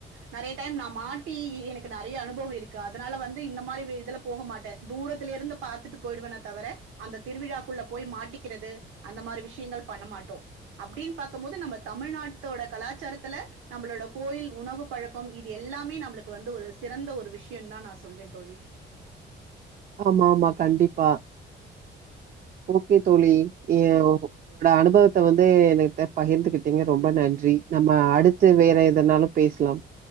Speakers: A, on the right; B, on the right.
A: நாறிய டைம் நான் மாட்டி எனக்கு நிறைய அனுபவம் இருக்குது அதனால வந்து இந்த மாரி இதுல போக மாட்டேன் தூரத்தில இருந்து பார்த்துட்டு போயிடுவேன்ன தவிர அந்த திருவிழாக்குள்ள போய் மாட்டிக்கிறது அந்த மாரி விஷயங்கள் பண்ண மாட்டோம் அப்படின்னு பார்கும் போது நம்ம தமிழ்நாட்டோட கலாச்சாரத்துல நம்மளோட கோயில் உணவு பழக்கம் இது எல்லாமே நம்மளுக்கு வந்து ஒரு சிறந்த ஒரு விஷயம் தா நான் சொல்வேன் தோழி
B: ஆமா ஆமா கண்டிப்பா ஓகே தோழி உங்களோட அனுபவத்த வந்து என்கிட்ட பகிர்ந்துகிட்டீங்க ரொம்ப நன்றி நம்ம
A: ஆ
B: அடுத்து வேற எதனாலும் பேசலாம்